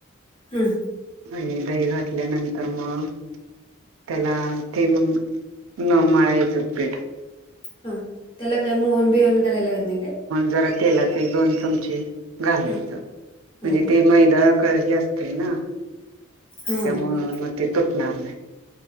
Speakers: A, on the left (about 25°); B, on the right (about 85°).
A: हम्म
B: आणि दही घातल्यानंतर मग. त्याला ते मग न मळाईचं पीठ.
A: हा त्याला काही मोहन बिन घालायला नाही का.
B: ज तेला दोन चम घालाय
A: हां
B: म्हणे
A: हां
B: ते मैदा. हे असते ना
A: हां
B: त्यामु
A: हां
B: मग ते तुटणार नाही.